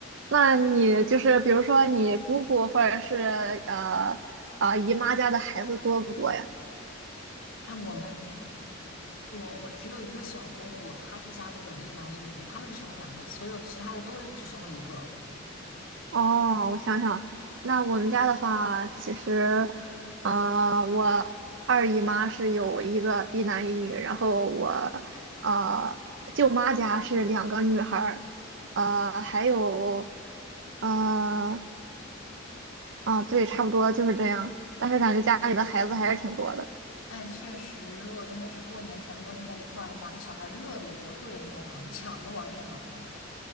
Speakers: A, on the right; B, on the left.
A: 那你就是比如说你姑姑或者是呃啊、姨妈家的孩子多不多呀？
B: <laughs> 哎，我们，我我只有一个小姑姑，她是家里有一男一女，他们是生了两个，所有其他的都是只生了一个。
A: 哦，我想想，那我们家的话，其实，呃，我二姨妈是有一个一男一女，然后我呃舅妈家是两个女孩儿，呃，还有，呃啊，对，差不多就是这样。但是感觉家里的孩子还是挺多的。
B: 哎，确实，如果真的是过年全部都聚在一块儿的话，那小孩儿特别多，特别热闹，抢着玩儿电脑来着。